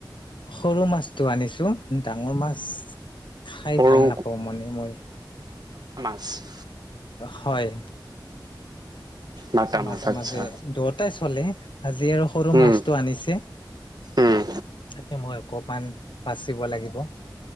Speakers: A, on the left (about 80°); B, on the right (about 60°).
A: সৰু মাছটো আনিছোঁ। ডাঙৰ মাছ খাই
B: সৰু
A: ভাল নাপাওঁ মানে মই।
B: হয়।
A: হয়
B: বাটা
A: মাজে
B: মাছ আচ্ছা
A: মাজে দুয়টাই চলে আজি আৰু সৰু মাছটো
B: উম
A: আনিছে
B: উম
A: তাকে মই। কপমান বাচিব লাগিব।